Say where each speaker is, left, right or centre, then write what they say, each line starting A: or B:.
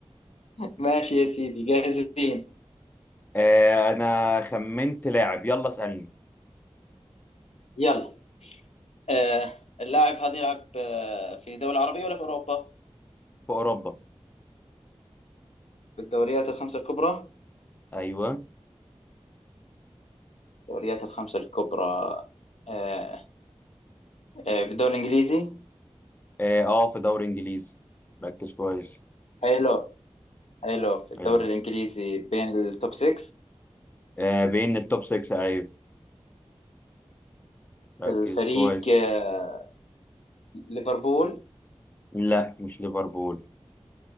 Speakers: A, on the left (about 80°); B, on the left (about 15°).
A: ماشي يا سيدي جاهزين
B: آه انا خمنت لاعب يلا اسالني
A: يلا آه اللاعب هذا يلعب آه في دولة عربية ولا في أوروبا؟
B: في اوروبا
A: في الدوريات الخمسة الكبرى
B: ايوه
A: الدوريات الخمسة الكبرى آه آه في الدوري الإنجليزي
B: اه آه، في دوري انجليزي ركز كويس
A: حلو حلو في الدوري
B: حلو
A: الإنجليزي بين التوب 6
B: آه، بين التوب 6 ايوه ركز
A: الفريق
B: كويس
A: آه ليفربول
B: لا مش ليفربول